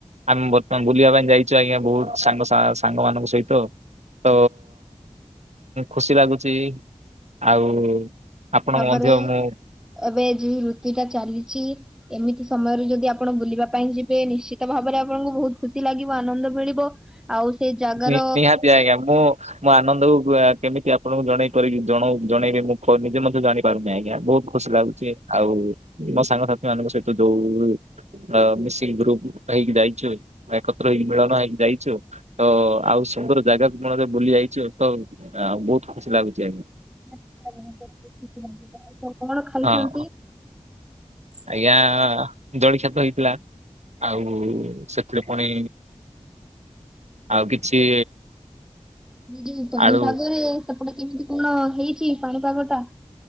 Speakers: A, on the right; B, in the centre.
A: ଆମେ ବର୍ତ୍ତମାନ ବୁଲିବା ପାଇଁ ଯାଇଚୁ ଆଜ୍ଞା ବହୁତ ସାଙ୍ଗ ସା ସାଙ୍ଗ ମାନଙ୍କ ସହିତ। ତ ଖୁସି ଲାଗୁଚି। ଆଉ ଆପଣଙ୍କୁ
B: ଭାବରେ
A: ମଧ୍ୟ ମୁଁ
B: ଏବେ ଯିଇ ଋତୁ ଟା ଚାଲିଚି ଏମିତି ସମୟରେ ଯଦି ଆପଣ ବୁଲିବା ପାଇଁ ଯିବେ ନିଶ୍ଚିତ ଭାବରେ ଆପଣଙ୍କୁ ବହୁତ ଖୁସି ଲାଗିବ ଆନନ୍ଦ ମିଳିବ। ଆଉ ସେ ଜାଗାର
A: ନି-ନିହାତି ଆଜ୍ଞା ମୁଁ ମୋ ଆନନ୍ଦକୁ ଗୁ ଆ କେମିତି ଆପଣଙ୍କୁ ଜଣେଇ ପାରିବି ଜଣଉ ଜଣେଇବି ମୁଁ ଫୋନ୍ ନିଜେ ମଧ୍ୟ ଜାଣିପାରୁନି ଆଗ୍ ଜ୍ଞା ବହୁତ ଖୁସି ଲାଗୁଚି। ଆଉ ମୋ ସାଙ୍ଗସାଥି ମାନଙ୍କ ସହିତ ଯୋଉ ଅ ମିଶିକି ଗ୍ରୁପ ହେଇକି ଯାଇଚୁ। ଏକତ୍ର ହେଇକି ମିଳନ ହେଇକି ଯାଇଚୁ। ତ ଆଉ ସୁନ୍ଦର ଜାଗାକୁ ମଣରେ ବୁଲି ଆଇଚ ତ ଆଉ ଆଁ ବହୁତ୍ ଖୁସି ଲାଗୁଚି ଆଜ୍ଞା।
B: <unintelligible> ଖାଇଛନ୍ତି?
A: ହଁ ଆଜ୍ଞା ଆ। ଜଳିଖିଆ ତ ହେଇଥିଲା ଆଉ ସେଥିରେ ପୁଣି ଆଉ କିଛି
B: ଏ ଯୋଉ ପାଣି
A: ଆଳୁ
B: ପାଗରେ ସେପଟେ କେମିତି କଣ ହେଇଚି ପାଣିପାଗ ଟା?